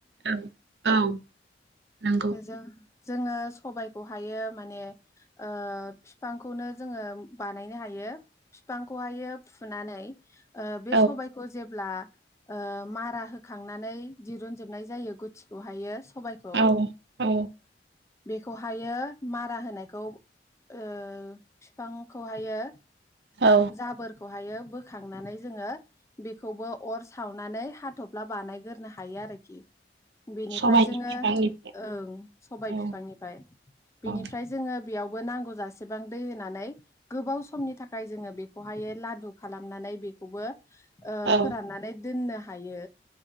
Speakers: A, on the right; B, on the left.
A: औ औ नंगौ
B: जों जोङो सबायखौहायो माने ओ फिफांखौनो जोङो बानायनो हायो फिफांखौहायो फुनानै ओ बे
A: औ
B: सबायखौ जे ब्लाव ओ मारा होखांनानै दिरुन जोबनाय जायो गुथिखौहायो सबायाइखौ
A: औ
B: ओ
A: औ
B: बेखौहायो मारा होनायखौ ओ फिफांखौहायो
A: औ
B: जाबोर <unintelligible> बोखांनानै जोङो बेखौबो अर सावनानै हाथ'फ्ला बानायगोरनो हायो आरोखि। बिनिफ्राय
A: सबायनि
B: जोङो
A: बिफांनिफ्राय
B: ओं सबाय
A: औ
B: फिफांनिफ्राय बिनिफ्राय
A: औ
B: जोङो बेयावबो नांगौ जासेबां दै होनानै गोबाव समनि थाखाय जोङो बेखौहायो लादु खालामनानै बेखौबो ओ
A: औ
B: फोराननानै दोननो <unintelligible> हायो।